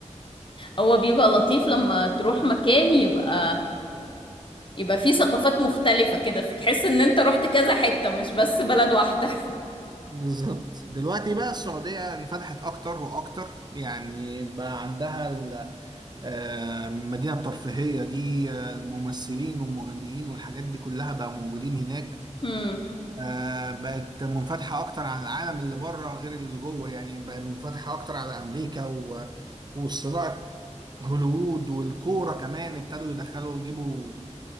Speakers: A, on the left; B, on the right.
A: هو بيبقى لطيف لما تروح مكان يبقى يبقى فيه ثقافات مختلفة كده فتحس ان انت رحت كذا حتة مش بس بلد واحدة <laughs>
B: بالظبط دلوقتي بقى السعودية انفتحت أكتر وأكتر يعني بقى عندها آه، المدينة الترفيهية دي آه، الممثلين والمغنيين والحاجات دي كلها بقى موجودين هناك
A: امم
B: آه، بقت منفتحة أكتر على العالم اللي بره غير اللي جوه يعني بقت منفتحة أكتر على أمريكا و... والصناعة هوليوود والكورة كمان ابتدوا يدخلوا يجيبوا